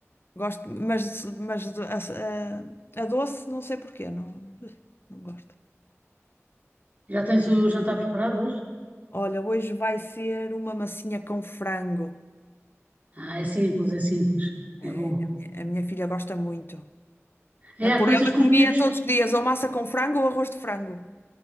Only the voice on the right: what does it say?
Já tens o jantar preparado hoje?
Ah, é simples, é simples. É bom.
É,
há
coisas
que
os miúdos.